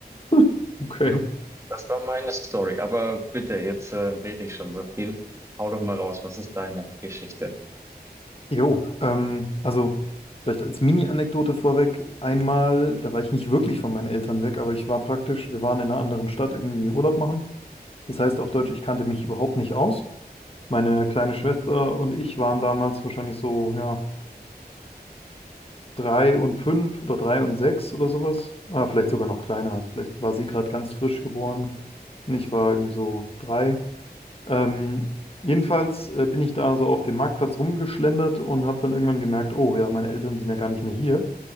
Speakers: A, on the left; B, on the right.
A: <laughs> okay.
B: Jo, das war meine Story. Aber bitte, jetzt äh, rede ich schon so viel. Hau doch mal raus, was ist deine Geschichte?
A: Jo, ähm, also vielleicht als Mini-Anekdote vorweg, einmal, da war ich nicht wirklich von meinen Eltern weg, aber ich war praktisch, wir waren in einer anderen Stadt irgendwie Urlaub machen. Das heißt auf Deutsch, ich kannte mich überhaupt nicht aus. Meine kleine Schwester und ich waren damals wahrscheinlich so, ja, drei und fünf oder drei und sechs oder sowas. Ah, vielleicht sogar noch kleiner, also vielleicht war sie gerade ganz frisch geboren und ich war irgendwie so drei. Ähm, jedenfalls äh, bin ich da so auf dem Marktplatz rumgeschlendert und habe dann irgendwann gemerkt, oh ja, meine Eltern sind ja gar nicht mehr hier.